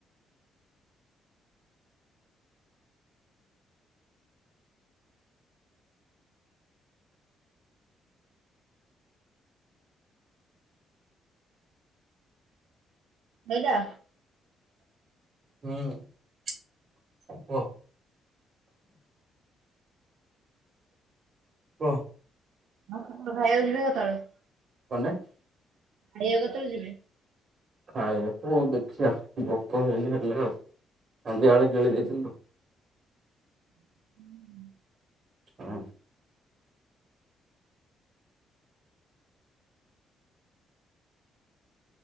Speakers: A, on the right (about 80°); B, on the right (about 50°).
A: ସହିଲା।
B: ହୁଁ କୁହ। କୁହ।
A: ହଁ, ଖାଇବାକୁ ଯିବେ କେତବେଳେ।
B: କନଟା।
A: ଖାଇବାକୁ କେତେବେଳେ ଯିବେ?
B: ଖାଇବାକୁ ଦେଖିଆ ଭୋକ ହେଇନି ହେଲେ ଆଉ ସଂନ୍ଧ୍ୟା ବେଳେ ଗିଳି ଦେଇଥିଲି।
A: ହୁଁ।
B: ହଁ।